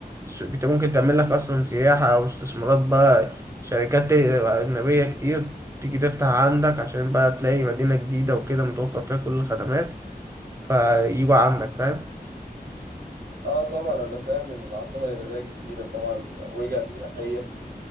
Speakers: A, on the right; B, on the right.
A: بت- ممكن تعمل لك اصلا سياحه او استثمارات بقى شركات اجنبيه كتير تيجي تفتح عندك عشان بقى تلاقي مدينه جديده وكده متوفر فيها كل الخدمات فيجوا عندك فاهم
B: اه طبعا انا فاهم ان العاصمه الاداريه الجديده طبعا وجهه سياحيه